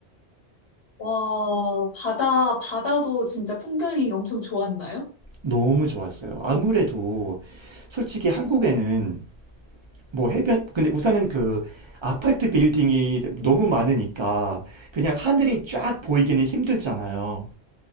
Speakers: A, on the left; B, on the right.
A: 와, 바다, 바다도 진짜 풍경이 엄청 좋았나요?
B: 너무 좋았어요. 아무래도 솔직히 한국에는 뭐 해변, 근데 우선은 그 아파트 빌딩이 너무 많으니까 그냥 하늘이 쫙 보이기는 힘들잖아요.